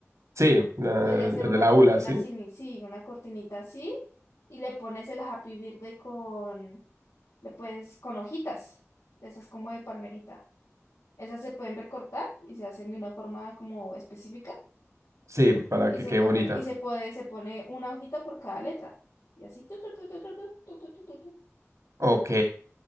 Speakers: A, on the right (about 90°); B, on the left (about 75°).
A: Sí, la,
B: Podría
A: la
B: ser una
A: de la
B: cortina
A: ULA, sí.
B: así, ni- sí, una cortinita así, y le pones el Happy Birthday con, le puedes, con hojitas, de esas como de palmerita. Esas se pueden recortar y se hacen de una forma como específica
A: Sí, para
B: y
A: que
B: se
A: quede
B: pone,
A: bonita.
B: y se puede, se pone una hojita por cada letra. Y así. tu, tu, tu, tu, tu, tu, tu, tu, tu, tu, tu.
A: Ok.